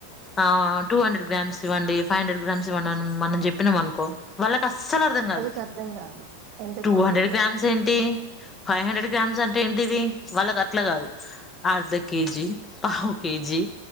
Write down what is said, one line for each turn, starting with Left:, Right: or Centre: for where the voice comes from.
Left: ఆ టూ హండ్రెడ్ గ్రామ్స్ ఇవ్వండి ఫైవ్ హండ్రెడ్ గ్రామ్స్ ఇవ్వండి మనం చెప్పినాం అనుకో వాళ్ళ అస్సలు అర్థం
Right: వాళ్ళకి
Left: కాదు
Right: అర్థం కాదు ఎంత
Left: టూ
Right: క్వాంటిటీ
Left: హండ్రెడ్ గ్రామ్స్
Right: అని
Left: ఏంటి ఫైవ్ హండ్రెడ్ గ్రామ్స్ అంటే ఏంటిది వాళ్ళకు అట్లా కాదు అర్ధ కేజీ పావు కేజీ